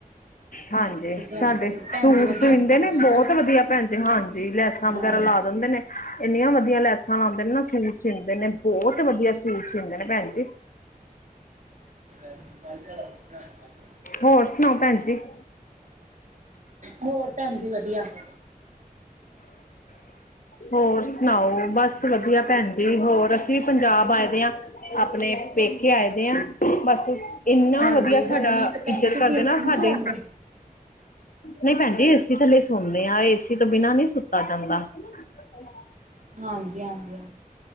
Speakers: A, on the left; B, on the right.
A: ਹਾਂਜੀ,
B: ਹਾਂਜੀ
A: ਸਾਡੇ
B: ਭੈਣ
A: ਸੂਟ
B: ਜੀ ਵਧੀਆ
A: ਸੀਂਦੇ ਨੇ,
B: ਆ
A: ਬਹੁਤ
B: ਨਾ।
A: ਵਧੀਆ ਭੈਣ ਜੀ ਹਾਂਜੀ ਲੈਸਾਂ,
B: ਹਾਂ।
A: ਵਗੈਰਾ
B: ਹੂੰ
A: ਲਾ ਦਿੰਦੇ ਨੇ, ਇੰਨੀਆਂ ਵਧੀਆ ਲੈਸਾਂ ਲਾਂਦੇ ਨੇ ਨਾ ਸੂਟ ਸੀਂਦੇ ਨੇ, ਬਹੁਤ ਵਧੀਆ ਸੂਟ ਸੀਂਦੇ ਨੇ ਭੈਣ ਜੀ।
B: <unintelligible> ਹੂੰ।
A: ਹੋਰ? ਸੁਣਾਓ ਭੈਣ ਜੀ
B: ਹੋਰ ਭੈਣ ਜੀ ਵਧੀਆ। <inaudible> <unintelligible>
A: ਹੋਰ ਸੁਣਾਓ ਬਸ ਵਧੀਆ ਭੈਣ ਜੀ ਹੋਰ ਅਸੀਂ ਵੀ ਪੰਜਾਬ ਆਏ ਦੇ ਹਾਂ ਆਪਣੇ ਪੇਕੇ ਆਏ ਦੇ ਆ ਬਸ ਇੰਨਾ
B: ਹਾਂਜੀ,
A: ਵਧੀਆ ਸਾਡਾ
B: ਗਰਮੀ ਹੈ ਤੇ ਭੈਣ
A: ਇੱਜਤ
B: ਜੀ ਤੁਸੀਂ
A: ਕਰਦੇ
B: ਏ
A: ਨਾ
B: ਸੀ ਨੀ
A: ਸਾਡੇ
B: ਚਲਾਉਂਦੇ?
A: ਨਹੀਂ ਭੈਣ ਜੀ ਏਸੀ ਥੱਲੇ ਸੌਦੇ ਆ, ਏਸੀ ਤੋਂ ਬਿਨਾਂ ਨਹੀ ਸੁੱਤਾ ਜਾਂਦਾ। ਹਾਂਜੀ, ਹਾਂ।
B: ਹਾਂਜੀ-ਹਾਂਜੀ।